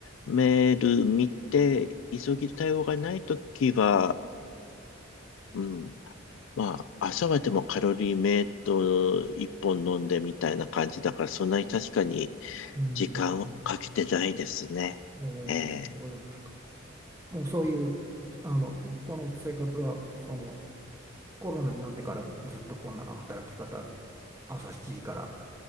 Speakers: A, on the left; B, on the right.
A: メール見て、急ぎ対応がないときは、うん、まあ、朝はでもカロリーメイト一本飲んでみたいな感じだから、そんなに確かに
B: うん。うん
A: 時間をかけてないですね。
B: えー、
A: ええ
B: そうですか。もうそういう、あの、この生活は、その、コロナになってからずっとこんな働き方、朝7時から